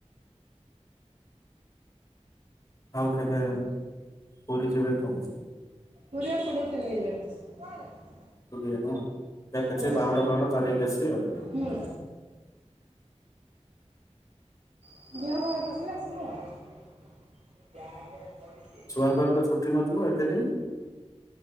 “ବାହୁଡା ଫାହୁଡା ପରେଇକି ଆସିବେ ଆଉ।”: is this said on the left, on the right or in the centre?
Left